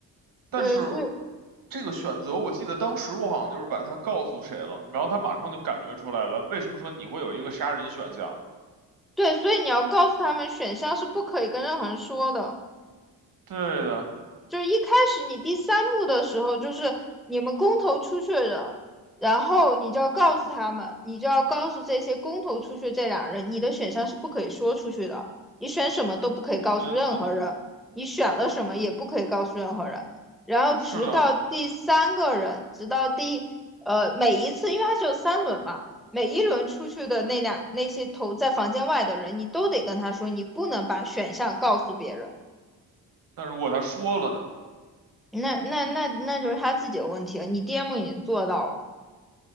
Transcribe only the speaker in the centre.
对，所以
对，所以你要告诉他们，选项是不可以跟任何人说的。
就是一开始你第三幕的时候，就是你们公投出去的人，然后你就要告诉他们，你就要告诉这些公投出去这俩人，你的选项是不可以说出去的，你选什么都不可以告诉任何人，
你选了什么也不可以告诉任何人。然后直到第三个人，
直到第呃每一次，因为它只有三轮嘛，每一轮出去的那两那些投在房间外的人，你都得跟他说，你不能把选项告诉别人。
那那那那就是他自己的问题了。你 DM 已经做到了，